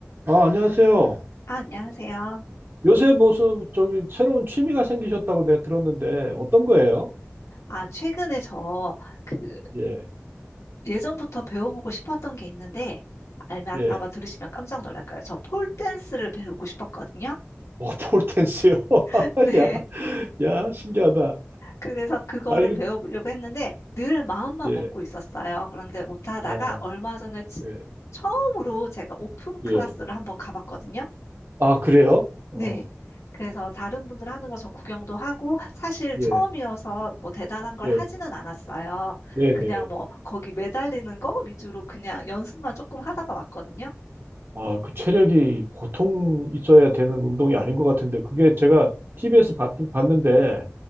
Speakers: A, on the right; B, on the left.
A: 아, 안녕하세요.
B: 아, 안녕하세요.
A: 요새 무슨 저기 새로운 취미가 생기셨다고 내가 들었는데 어떤 거예요?
B: 아, 최근에 저, 그,
A: 예,
B: 예전부터 배워보고 싶었던 게 있는데, 아마,
A: 예.
B: 아마 들으시면 깜짝 놀랄 거예요. 저 폴댄스를 배우고 싶었거든요.
A: 어, 폴댄스요. <laughs>
B: <laughs> 네.
A: 야, 야, 신기하다.
B: 그래서 그거를
A: 아, 이거
B: 배워보려고 했는데, 늘 마음만
A: 예,
B: 먹고 있었어요. 그런데 못하다가
A: 어,
B: 얼마 전에 치-
A: 예,
B: 처음으로 제가 오픈 클래스를
A: 예.
B: 한번 가봤거든요.
A: 아, 그래요?
B: 네.
A: 어,
B: 그래서 다른 분들 하는 거 저 구경도 하고 사실 처음이어서
A: 예,
B: 뭐 대단한 걸
A: 예,
B: 하지는 않았어요.
A: 네,
B: 그냥
A: 네.
B: 뭐 거기 매달리는 거 위주로 그냥 연습만 조금 하다가 왔거든요.
A: 아, 그 체력이 보통 있어야 되는 운동이 아닌 것 같은데 그게 제가 TV에서 봤, 봤는데